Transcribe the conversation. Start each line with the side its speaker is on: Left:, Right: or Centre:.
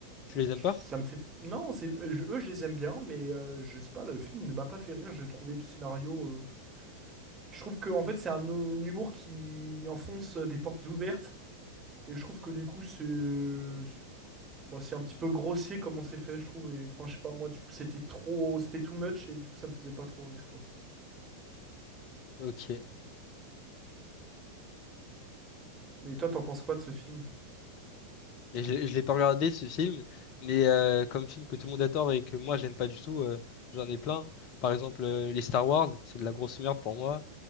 Left: Tu les
Right: je-
Left: aimes pas?
Right: ça me fait... Non, c'est, euh, je- eux, je les aime bien, mais euh, je sais pas, le film ne m'a pas fait rire, j'ai trouvé le scénario... euh, Je trouve que, en fait, c'est un, euh, un humour qui enfonce euh, des portes ouvertes, et je trouve que, du coup, c'est... euh, bon, c'est un petit peu grossier comment c'est fait, je trouve, et enfin, je sais pas, moi, du coup, c'était trop... C'était too much, et du coup, ça me faisait pas trop rire, quoi.
Left: Ok.
Right: Mais toi, t'en penses quoi de ce film?
Left: Et je, l'ai je l'ai pas regardé ce film, mais euh, comme film que tout le monde adore et que moi j'aime pas du tout, euh, j'en ai plein. Par exemple, euh, les Star Wars, c'est de la grosse merde pour moi.